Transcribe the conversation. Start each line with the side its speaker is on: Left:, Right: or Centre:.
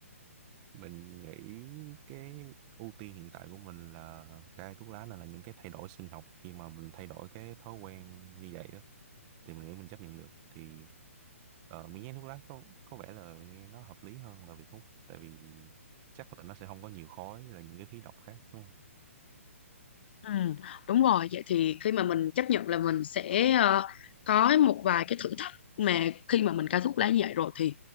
Right: mình nghĩ cái ưu tiên hiện tại của mình là cai thuốc lá nên là những cái thay đổi sinh học khi mà mình thay đổi cái thói quen như vậy á thì mình nghĩ mình chấp nhận được thì ờ, miếng nhái thuốc lá có có vẻ là nghe nó hợp lý hơn là việc hút tại vì chắc là nó sẽ không có nhiều khói là những cái khí độc khác đúng không
Left: Ừ, đúng rồi, vậy thì khi mà mình chấp nhận là mình sẽ ờ, có một vài cái thử thách mà khi mà mình cai thuốc lá như vậy rồi thì